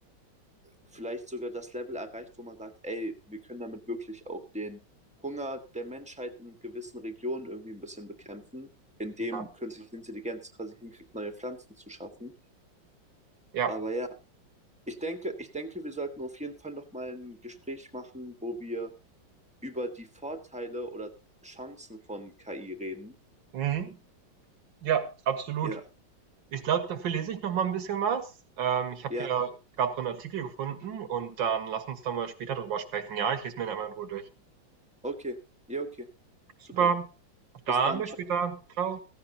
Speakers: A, in the centre; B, on the right.
A: vielleicht sogar das Level erreicht, wo man sagt, ey, wir können damit wirklich auch den Hunger der Menschheit in gewissen Regionen irgendwie ein bisschen bekämpfen, indem
B: ja,
A: künstliche Intelligenz quasi hinkriegt, neue Pflanzen zu schaffen.
B: ja.
A: Aber ja, ich denke, ich denke, wir sollten auf jeden Fall nochmal ein Gespräch machen, wo wir über die Vorteile oder Chancen von KI reden.
B: Mhm. Ja, absolut.
A: Ja,
B: Ich glaube, dafür lese ich noch mal ein bisschen was. Ähm, ich habe
A: ja,
B: hier gerade so einen Artikel gefunden und dann lass uns da mal später drüber sprechen, ja? Ich lese mir den einmal in Ruhe durch.
A: okay, ja, okay,
B: Super,
A: super.
B: dann
A: Bis dann,
B: bis
A: ciao.
B: später. Ciao.